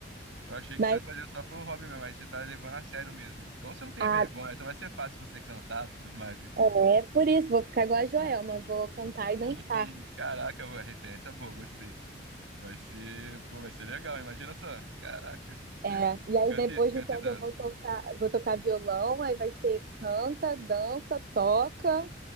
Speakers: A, on the right; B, on the right.
A: Eu achei que
B: Mas
A: você fazia só pelo hobby mesmo, mas você tá levando a sério mesmo. Então você não tem
B: ah,
A: vergonha, então vai ser fácil você cantar e tudo mais, então.
B: é por isso, vou ficar igual a Joelma, vou cantar
A: <laughs>
B: e dançar.
A: Caraca, boa, referência boa, gostei. Vai ser, pô, vai ser legal, imagina só. Caraca.
B: É, e aí
A: Canta
B: depois
A: e, canta
B: do tempo
A: e dança.
B: eu vou tocar, vou tocar violão, aí vai ser canta, dança, toca.